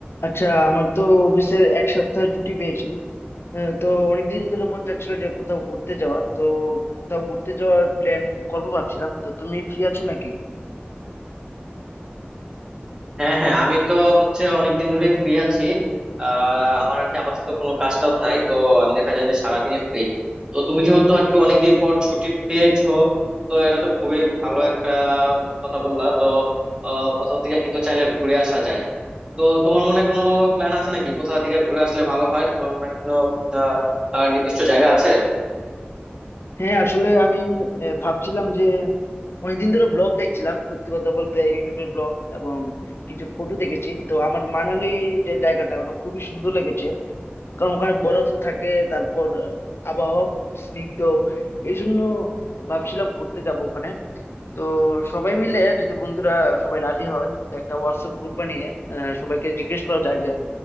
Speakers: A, on the left (about 75°); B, on the right (about 20°).
A: আচ্ছা আমার তো অফিসের এক সপ্তাহ ছুটি পেয়েছি আহ, তো অনেকদিন ধরে মন চাচ্ছিল যে কোথাও ঘুরতে যাওয়ার তো কোথাও ঘুরতে যাওয়ার প্ল্যান করবো ভাবছিলাম তো তুমি ফ্রি আছো নাকি
B: হ্যাঁ হ্যাঁ আমি তো হচ্ছে অনেকদিন ধরে ফ্রি আছি আহ আমার আর কি আপাতত কোনো কাজ টাজ নাই তো আমি দেখা যায় যে সারাদিনই ফ্রি তো তুমি যেহেতু আর কি অনেকদিন পর ছুটি পেয়েছো তো এটা তো খুবই ভালো একটা কথা বললা তো আহ, কোথাও থেকে কিন্তু চাইলে ঘুরে আসা যায় তো তোমার মনে কোনো প্ল্যান আছে নাকি কোথা থেকে ঘুরে আসলে ভালো হয় তোমার মনে হয় কোনো আহ আহ, নির্দিষ্ট জায়গা আছে
A: হ্যাঁ আসলে আমি আহ, ভাবছিলাম যে অনেকদিন ধরে ব্লগ দেখছিলাম সত্যি কথা বলতে ইউটিউবের ব্লগ এবং কিছু ফটো দেখেছি তো আমার মানালি যে জায়গাটা ওটা খুবই সুন্দর লেগেছে কারণ ওখানে বরফও থাকে তারপর আবহাওয়া খুব স্নিগ্ধ এই জন্য ভাবছিলাম ঘুরতে যাব ওখানে তো সবাই মিলে যদি বন্ধুরা সবাই রাজি হয় তো একটা হোয়াটসঅ্যাপ গ্রুপ বানিয়ে আহ, সবাইকে জিজ্ঞেস করা যায় যে